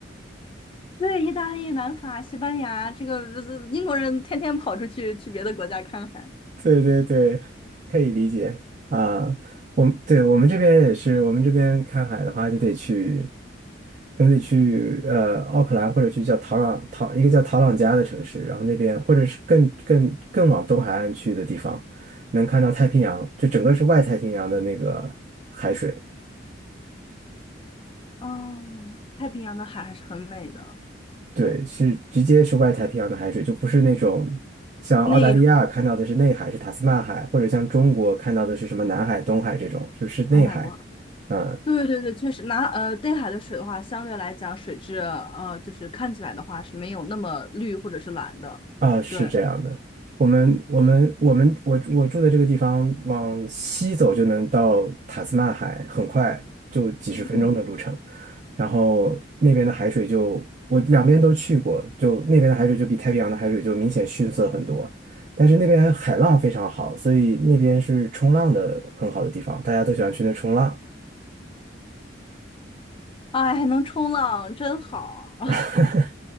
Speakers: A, on the left; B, on the right.
A: <laughs> 对，意大利、南法、西班牙，这个呃英国人天天跑出去去别的国家看海。
B: <laughs> 对对对，可以理解啊。我们对我们这边也是，我们这边看海的话就得去。可能得去呃奥克兰，或者去叫陶朗陶一个叫陶朗加的城市，然后那边或者是更更更往东海岸去的地方，能看到太平洋，就整个是外太平洋的那个海水，
A: 哦，太平洋的海还是很美的，
B: 对，
A: 对，
B: 是直接是外太平洋的海水，就不是那种像澳大利亚看到的是内海，
A: 内海
B: 是塔斯曼海，或者像中国看到的是什么南海、东海这种，就是内海，
A: 东海不？
B: 嗯。
A: 对对对，确实拿呃内海的水的话，相对来讲水质呃就是看起来的话是没有那么绿或者是蓝的，
B: 啊，是这样的，
A: 对，
B: 我们我们我们我我住的这个地方往西走就能到塔斯曼海，很快就几十分钟的路程。
A: 嗯，
B: 然后那边的海水就我两边都去过，就那边的海水就比太平洋的海水就明显逊色很多。但是那边海浪非常好，所以那边是冲浪的很好的地方，大家都喜欢去那冲浪。
A: 哎，还能冲浪真好。<laughs>
B: <laughs>